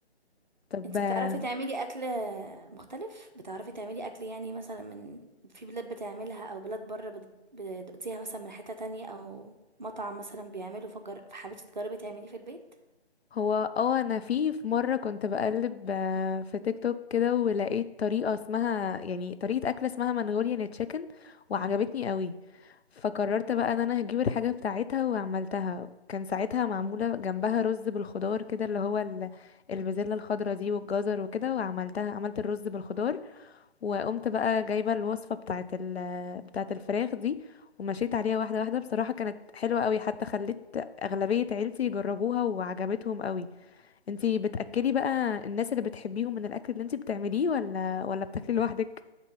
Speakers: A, on the left (about 70°); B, on the right (about 45°).
A: طب
B: انت بتعرفي تعملي اكل مختلف بتعرفي تعملي اكل يعني مثلا من في بلاد بتعملها او بلاد بره بت- بتدوقتيها مثلا من حتة تانية او مطعم مثلا بيعمله فجر فحبيتي تجربي تعمليه في البيت
A: هو اه انا في في مره كنت بقلب آه، في تيك توك كده ولقيت طريقه اسمها يعني طريقه اكله اسمها منغوليان تشيكن وعجبتني قوي فقررت بقى ان انا هجيب الحاجه بتاعتها وعملتها كان ساعتها معموله جنبها رز بالخضار كده اللي هو ال- البازلاء الخضراء دي والجزر وكده وعملتها عملت الرز بالخضار وقمت بقى جايبه الوصفه بتاعه ال بتاعه الفراخ دي ومشيت عليها واحده واحده بصراحه كانت حلوه قوي حتى خليت اغلبيه عيلتي يجربوها وعجبتهم قوي انتي بتأكلي بقى الناس اللي بتحبيهم من الاكل اللي انتي بتعمليه ولا ولا بتاكلي لوحدك